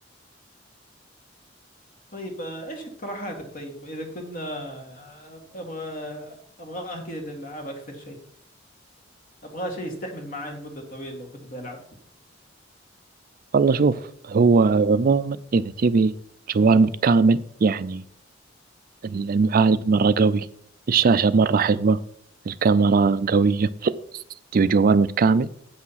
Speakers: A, on the left; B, on the right.
A: طيب آه، ايش اقتراحاتك طيب اذا قلنا آه، ابغى ابغاه كذا للالعاب اكثر شيء ابغاه شيء يستحمل معي لمدة طويلة لو كنت بلعب
B: والله شوف هو عموما إذا تبي جوال متكامل يعني المعالج مرة قوي الشاشة مرة حلوة الكاميرا قوية تبي جوال متكامل